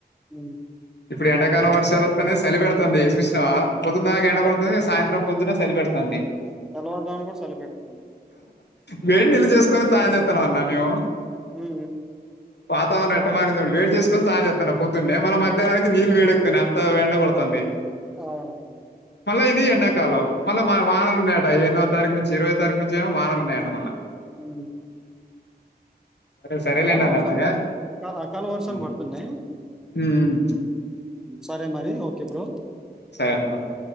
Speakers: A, in the centre; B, on the left (about 85°).
A: అ
B: ఇప్పుడు ఎండాకాలంలో వర్షాలతోనే సలిపెడుతుంది చూషినావా పోద్దున్ దాక ఎండ
A: ఆ!
B: పడ్తుంది. సాయంత్రం పొద్దున సరిపెడతాంది
A: తెల్లవారుజామున గూడా చలి పెడుతుంది.
B: వేడి నీళ్లు చేసుకోని తాగ్యం త్తనాన్నా మేము
A: ఉ
B: వాతావరణ ఎట్టమారిందిడు వే చేసుకుని సాయం చేస్తన్నా పొద్దున్నే మళ్ళ మధహ్నానికి నీళ్ళు వేడెక్కున్నాయి అంత ఎండ కొడుతాంది
A: అవును
B: మళ్ళా ఇది ఎండాకాలం మళ్ళ మ వానలు మేటా ఏ నో తారీక్ నుంచి ఇరవై తారీక్ నుంచిే ఎమో వానలు ఉన్నాయి అట మల్లి
A: అ
B: సరే సరేలేండి
A: అకాల
B: అన్న
A: వర్షాలు
B: మరి
A: పడు అ అకాల వర్షాలు
B: ఉమ్,
A: పడుతున్నాయి
B: ఉమ్,
A: సరే మరి ఓకే బ్రో
B: సరే ఓకే